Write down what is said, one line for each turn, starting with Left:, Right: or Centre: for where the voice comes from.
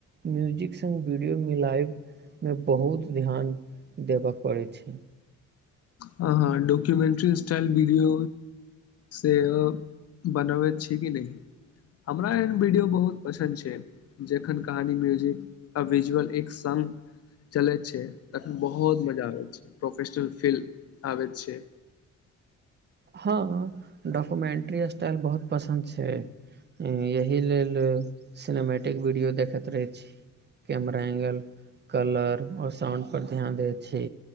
Right: म्यूजिक। वीडियो मे लाइव मे बहुत ध्यान देबअ परैय छै
Left: हँह डॉक्युमेंट्री स्टाइल वीडियो से बनबैत छी कि नहि हमरा एहन वीडियो बहुत पसन्द छै जखन कहानी म्यूजिक आ विजुअल एक सङ्ग चलैत छै तखन बहुत मजा आबैत छै प्रोफेशनल फिल्म आबै छै
Right: हँ डॉक्युमेंट्री स्टाइल बहुत पसन्द छै यही लेल सिनेमेटिक वीडियो देखैत रहे छी कैमरा एंगल कलर और साउंड पर ध्यान दे छी